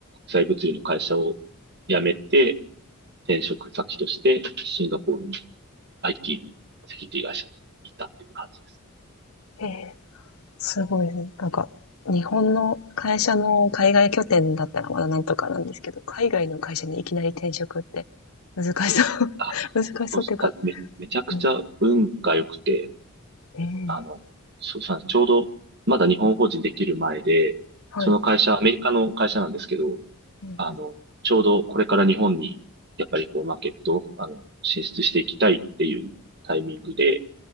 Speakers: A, on the right; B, on the left.
A: 国際物流の会社を辞めて、転職先としてシンガポールの IT のセキュリティ会社に行ったっていう感じです。
B: ー、へえ。すごいね。なんか、日本の会社の海外拠点だったらまだなんとかなんですけど、海外の会社にいきなり転職って難しそう。
A: あ、
B: <laughs> 難しそうっていうか、
A: そうしため、めちゃくちゃ運が良くて、
B: うん。ええ
A: あの、そうさ、ちょうどまだ日本法人できる前で、
B: はい。
A: その会社、アメリカの会社なんですけど、
B: うん、
A: あの、ちょうどこれから日本に、やっぱりこう、マーケット、あの、進出していきたいっていうタイミングで、